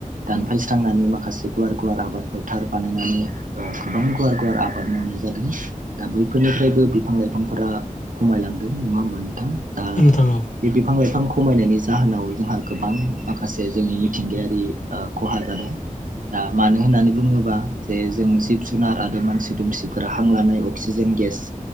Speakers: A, on the right (about 75°); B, on the left (about 65°).
A: दानफायस्रांनानै माखासे गुवार गुवार आबाद फोथार बानायनानै ओ गोबां गुवार गुवार आबाद मावनाय जादों। दा बैफोरनिफ्रायबो बिफां लाइफांफोरा खमायलांदों नङा होमबा नोंथां? दा
B: औ नोंथां औ।
A: बे बिफां लाइफां खमायनायनि जाहोनाव जोंहा गोबां माखासे जोंनि मिथिंगायारि ओ खहा जादों। दा मानो होननानै बुङोबा जे जों जिब जुनार आरो मानसि दुमसिफोरा हां लानाय अक्सिजेन गेस